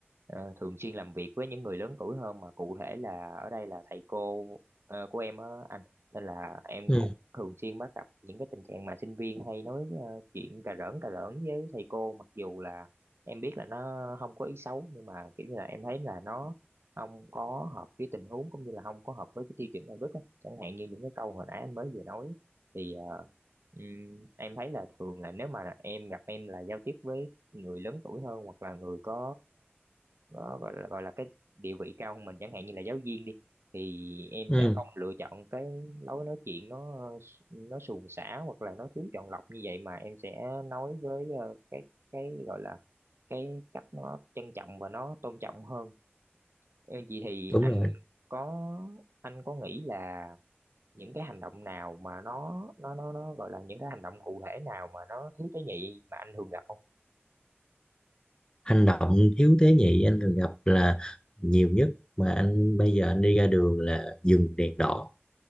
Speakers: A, on the right; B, on the left.
A: ờ, thường xuyên làm việc với những người lớn tuổi hơn mà cụ thể là ở đây là thầy cô ờ, của em á anh nên là em
B: ừ,
A: cũng thường xuyên bắt gặp những cái tình trạng mà sinh viên hay nói ờ, chuyện cà rỡn cà rỡn với thầy cô mặc dù là em biết là nó không có ý xấu nhưng mà kiểu như là em thấy là nó không có hợp với tình huống cũng như là không có hợp với cái tiêu chuẩn đạo đức á chẳng hạn như những cái câu hồi nãy anh mới vừa nói thì ờ, Ừm, em thấy là thường là nếu mà em gặp em là giao tiếp với người lớn tuổi hơn hoặc là người có, ờ, có gọi là gọi là cái địa vị cao hơn mình chẳng hạn như là giáo viên đi thì em
B: ừ,
A: sẽ không lựa chọn cái lối nói chuyện nó nó suồng sã hoặc là nó thiếu chọn lọc như vậy mà em sẽ nói với ờ, cái cái gọi là cái cách nó trân trọng và nó tôn trọng hơn. Em vậy thì
B: đúng
A: anh
B: rồi
A: có anh có nghĩ là những cái hành động nào mà nó nó nó nó gọi là những cái hành động cụ thể nào mà nó thiếu tế nhị mà anh thường gặp không?
B: hành động thiếu tế nhị anh thường gặp là nhiều nhất mà anh bây giờ anh đi ra đường là dừng đèn đỏ